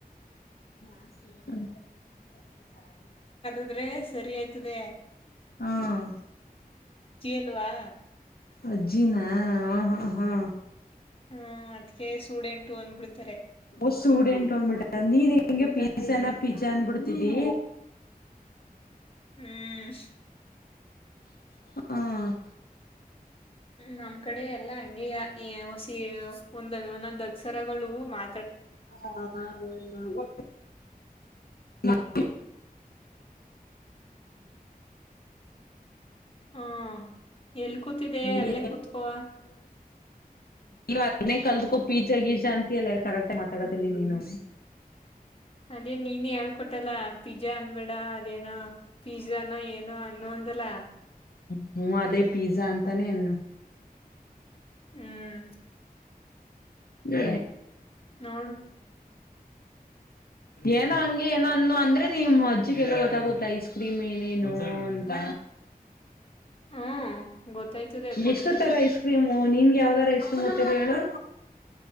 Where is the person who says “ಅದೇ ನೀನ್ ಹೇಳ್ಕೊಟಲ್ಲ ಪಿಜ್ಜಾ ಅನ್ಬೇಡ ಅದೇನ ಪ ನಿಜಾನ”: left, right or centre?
Left